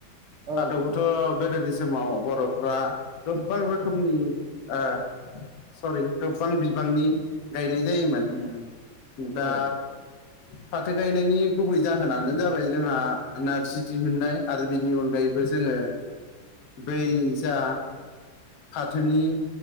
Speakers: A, on the right; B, on the left.
A: औ
B: दाथ'खौथ'
A: औ
B: गोदोनि समाव बर'फ्रा गोसेबां रोखोमनि ओ सरि गोबां बिबांनि गायनाय जायोमोन
A: उम
B: दा
A: औ औ
B: फाथो गायनायनि गुबै जाहोनानो जाबाय जोंहा नारजि दिहुननाय आरो बिनि अनगायैबो जोङो बै जा फाथोनि